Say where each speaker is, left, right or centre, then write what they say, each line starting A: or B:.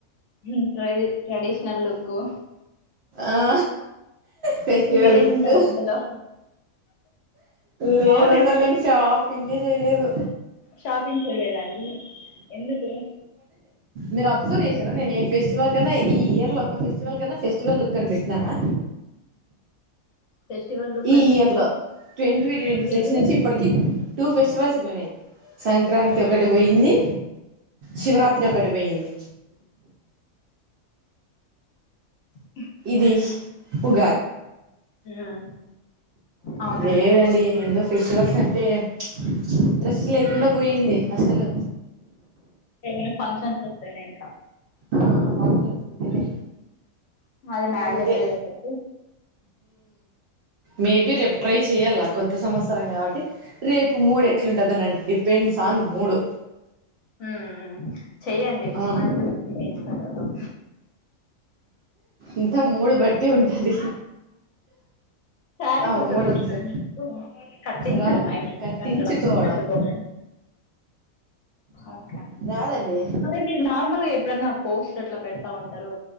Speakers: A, on the left; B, on the right.
A: మ్ ట్రే ట్రెడిషనల్ లుక్ కు
B: ఆ ఫెస్టివెల్లకు
A: మీరే ఉంటారు అందులో
B: లేదు
A: అవునండి
B: అసలు నేను షాపింగే చేయలేదు
A: షాపింగ్ చేయలేదండి ఎందుకు
B: మీరు అబ్జర్వ్ చేసారా, నేను ఏ ఫెస్టివల్ కన్నా ఈ ఇయర్ లో ఒక ఫెస్టివల్ కన్నా ఫెస్టివల్ లుక్ కనిపెట్టినానా
A: ఫెస్టివల్ లుక్
B: ఈ
A: అని
B: ఇయర్ లో ట్వంటీ ట్వంటీ
A: పెట్టలేదు
B: సిక్స్ నుంచి ఇప్పటికి టూ ఫెస్టివల్స్ పోయినాయి సంక్రాంతి ఒకటి పోయింది శివరాత్రి ఒకటి పోయింది
A: ఆ
B: మ్
A: ఉమ్ అవునండి
B: లేదండి ఎందో ఫెస్టివల్స్ అంటే ఇంట్రెస్ట్ లేకుండా పోయింది అసలు
A: ఏమైనా ఫంక్షన్స్ వస్తేనే ఇంకా
B: ఆ ఫంక్షన్స్ ఉంటేనే
A: అది మండేటరీ
B: అంతే
A: కాబట్టి
B: మేబి రేపు ట్రై చెయాల, కొత్త సంవత్సరం కాబట్టి రేపు మూడు ఎట్లుంటుందనండి డిపెండ్స్ ఆన్ మూడు
A: మ్ చెయ్యండి మిమ్మల్ని
B: ఆ
A: చూసి మేము ఇన్స్పైర్ అవుతాం
B: అంతా మూడు బట్టి ఉంటది
A: శారీ
B: ఆ
A: కట్టడం
B: మూడిట్లు
A: వచ్చ అ కట్టించడం
B: రాదు
A: ఐ
B: కట్టించుకోవడం
A: కట్టడం కట్టుకోవడం ఓకే
B: రాదండి
A: మరి మీ నార్మల్గా ఎప్ ఎప్పుడన్నా పోస్ట్ అట్లా పెడతా ఉంటారు